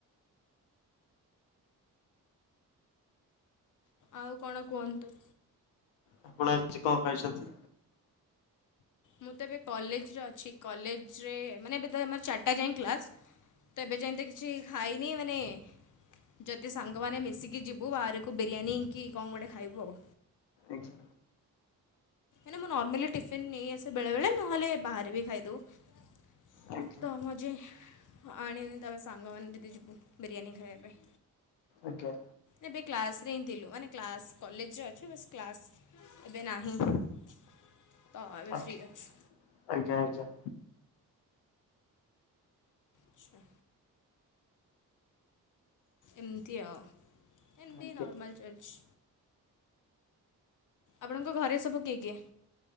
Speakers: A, on the left; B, on the left.
A: ଆଉ କଣ କୁହନ୍ତୁ
B: ଆପଣ କଣ ଖଛନ୍ତି
A: ମୁଁ ତ ଏବେ କଲେଜରେ ଅଛି କଲେଜରେ ମାନେ ଏବେ ତର ଚାରିଟା ଯାଏ କ୍ଲାସ ତ ଏବେ ଯେମତି କିଛି ଖାଇନି ମାନେ ଯଦି ସାଙ୍ଗମାନେ ମିଶିକି ଯିବୁ ବାହାରକୁ ବିରିୟାନୀ କି କ'ଣ ଗୋଟେ ଖାଇବୁ ଆଉ
B: ଆଜ୍ୟୁ
A: ମ ମୁଁ ନର୍ମାଲି ଟିଫିନ ନେଇ ଆସେ ବେଳେ ବେଳେ ନହେଲେ ବାହାରେ ବି ଖାଇଦବ
B: ଆଜ୍ଞା
A: ତ ମଜେ ଆ ତମେ ସାଙ୍ଗ ମାନ ବିରିୟାନ ଖାଇବା ପାଇଁ
B: ଆଜ୍ଞା
A: ଏବେ କ୍ଲାସ ରେ ହିଁ ଥିଲୁ ମାନେ କ୍ଲାସ୍ କଲେଜରେ ଅଛ ବସ୍ କ୍ଲାସ ଏବେ ନାହିଁ ତ ଆବେ
B: ଆଜ୍ଞା
A: ଫ୍ରି ଅଛି
B: ଆଜ୍ଞା ଆଜ୍ଞା
A: ଆଚ୍ଛା ଏମତିଆ ଏମିତି
B: ଆଜ୍ଞା।
A: ନର୍ମଲ ଚର୍ଚ ଆପଣଙ୍କ ଘରେ ସବୁ କିଏ କିଏ